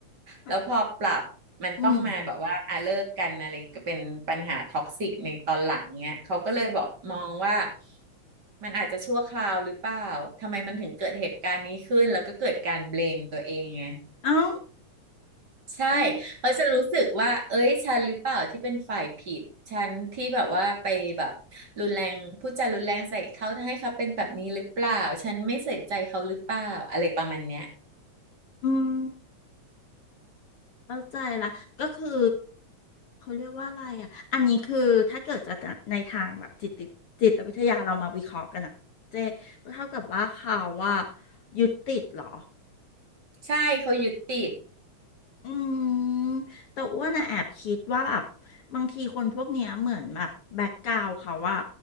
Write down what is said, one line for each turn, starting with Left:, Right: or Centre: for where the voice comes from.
Left: ไป
Right: แล้วพอปรับมันต้องมาแบบว่าอ่ะเลิกกันอะไรก็เป็นปัญหาท็อกซิกในตอนหลังเนี้ยเขาก็เลยบอกมองว่า
Left: อืม
Right: มันอาจจะชั่วคราวหรือเปล่าทำไมมันถึงเกิดเหตุการณ์นี้ขึ้นแล้วก็เกิดการเบลมตัวเองไง
Left: เอ้า
Right: ใช่
Left: อ๋อ
Right: เขาจะรู้สึกว่าเอ้ยฉันหรือเปล่าที่เป็นฝ่ายผิดฉันที่แบบว่าไปแบบรุนแรงพูดจารุนแรงใส่เขาทำให้เขาเป็นแบบนี้หรือเปล่าฉันไม่ใส่ใจเขาหรือเปล่าอะไรประมาณเนี้ย
Left: อืมเข้าใจละก็คือเขาเรียกว่าอะไรอ่ะอันนี้คือถ้าเกิดจะในทางแบบจิตจิตวิทยาเรามาวิเคราะห์กันอ่ะเจ๊ก็เท่ากับว่าเขาว่ายึดติดเหรอ
Right: ใช่เขายึดติด
Left: อืมแต่อ้วนอะแอบคิดว่าแบบบางทีคนพวกเนี้ยเหมือนแบบแบ็กกราวเขาอะ